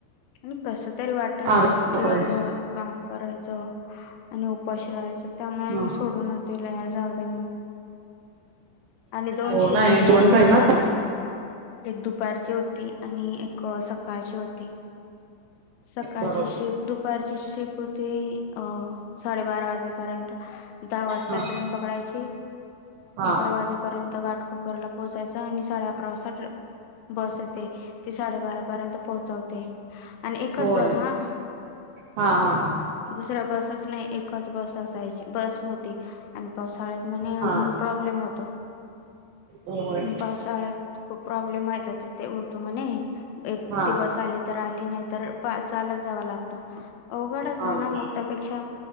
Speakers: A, on the left; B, on the right.
A: आणि कस तरी वाट न
B: अरे बापरे
A: दिवसभर काम करायच आणि उपाश राहायचं त्यामुळे
B: ह
A: मी सोडून दिले जाऊ द्या म्हणून आणि दोन
B: हो
A: शिफ्ट
B: नाही
A: होत्या
B: जेवण
A: ना
B: पाहिजे
A: तिथे
B: खाली
A: एक दुपारची होती आणि एक सकाळची होती सकाळची
B: बरोबर
A: शिफ्ट दुपारची शिफ्ट परत ती अह साडेबारा वाजेपर्यंत दहा वाजता
B: हा
A: ट्रेन पकडायची
B: हा
A: अकरा वाजेपर्यंत घाटकोपरला पोहोचायचं आणि साडे अकरा वाजता बस ये ते ते साडेबारा पर्यंत पोहचवते आणि एकच
B: होय
A: बस हा
B: हा हा
A: दुसऱ्या बसच नाही, एकच बस असायची बस होती आणि पावसाळ्यात म्हणे
B: हा
A: अजून प्रॉब्लेम होतो
B: होय
A: पावसाळ्यात खूप प्रॉब्लेम व्हायचा तिथे होतो म्हणे एक
B: हा
A: ती बस आली तर आली नाही तर चालत जावं लागत अवघडच आहे
B: अरे
A: ना मग त्यापेक्षा